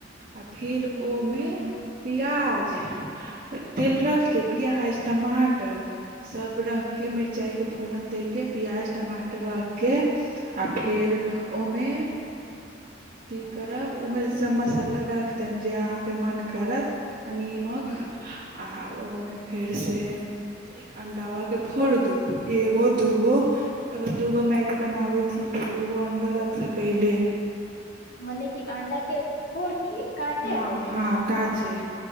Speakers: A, on the right; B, on the left.
A: आ फेर
B: हूँ
A: ओहिमे पियाज तेल रखिक पियाज टमाटर सब रख के मिर्चाय के फोरन दे के पियाज टमाटर रख के आ फेर ओमे की करब ओ मे सब मसाला डाल के जे अहाँके मन करत निमक
B: ह
A: आ ओ मे फेर से अंडवा के फोर दो एगो दूगो दूगो अगर मैगी बनाबै छि त दु गो अंडो रख सकिले
B: मने कि अंडा के फोड़ के काटे
A: हा
B: अंडा के
A: हा काचे